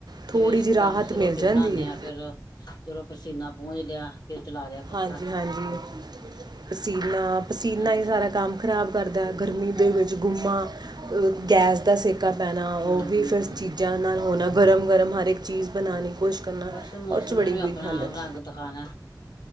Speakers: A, on the right; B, on the left.
A: ਥੋੜ੍ਹੀ
B: ਜਿਵੇਂ ਇਕਸਦਮ
A: ਜਿਹੀ ਰਾਹਤ
B: ਅਸੀਂ ਰੋਟੀ
A: ਮਿਲ
B: ਬਣਾਨੇ
A: ਜਾਂਦੀ ਹੈ
B: ਆ ਫੇਰ ਚਲੋ ਪਸੀਨਾ ਪੁੰਜ ਲਿਆ ਫੇਰ ਚਲਾ ਲਿਆ ਪੱਖਾ
A: ਹਾਂਜੀ-ਹਾਂਜੀ ਪਸੀਨਾ-ਪਸੀਨਾ
B: ਹਾਂਜੀ
A: ਈ ਸਾਰਾ ਕੰਮ ਖ਼ਰਾਬ ਕਰਦਾ ਗਰਮੀ ਦੇ ਵਿੱਚ ਗੁੰਮਾ ਅ ਗੈਸ ਦਾ ਸਿੱ ਕਾ ਪੈਣਾ
B: ਹੂੰ
A: ਓ ਵੀ
B: ਹੂੰ
A: ਫਿਰ
B: ਹੂੰ
A: ਚੀਜ਼ਾਂ ਨਾਲ ਹੋਣਾ ਗਰਮ-ਗਰਮ ਹਰ ਇੱਕ ਚੀਜ਼ ਬਣਾਨੀ ਕੁਸ਼ ਕਰਨਾ
B: ਬਸ ਮੌਸਮ
A: ਓ ਚ ਬੜੀ
B: ਨੇ ਵੀ
A: ਬੁਰੀ
B: ਆਪਣਾ
A: ਹਾਲਤ
B: <unintelligible>